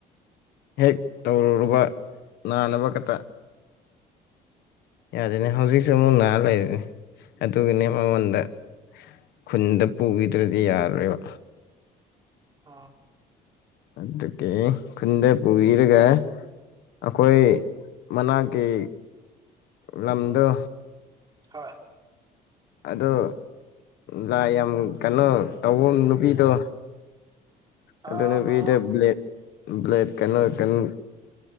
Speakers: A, on the left; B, on the right.
A: ꯍꯦꯛ ꯇꯧꯔꯨꯔꯕ ꯅꯥꯅꯕ ꯈꯛꯇ ꯌꯥꯔꯦꯅꯦ ꯍꯧꯖꯤꯛꯁꯨ ꯑꯃꯨꯛ ꯅꯥꯔ ꯂꯩꯔꯤꯅꯦ ꯑꯗꯨꯒꯤꯅꯦ ꯃꯉꯣꯟꯗ ꯈꯨꯟꯗ ꯄꯨꯕꯤꯗ꯭ꯔꯗꯤ ꯌꯥꯔꯣ
B: ꯑꯥ
A: ꯑꯗꯨꯗ ꯀꯦ ꯈꯨꯟꯗ ꯄꯨꯋꯤꯔꯒ ꯑꯩꯈꯣꯏ ꯃꯅꯥꯛꯀꯤ ꯂꯝꯗꯣ
B: ꯍꯣꯏ
A: ꯑꯗꯣ ꯂ ꯌꯥꯝ ꯀꯩꯅꯣ ꯇꯧꯕ ꯅꯨꯄꯤꯗꯣ
B: ꯑꯥ
A: ꯑꯗꯨꯅꯗ꯭ꯂꯦ ꯕ꯭ꯂꯦꯠ ꯀꯩꯅꯣ ꯀꯩꯅꯣ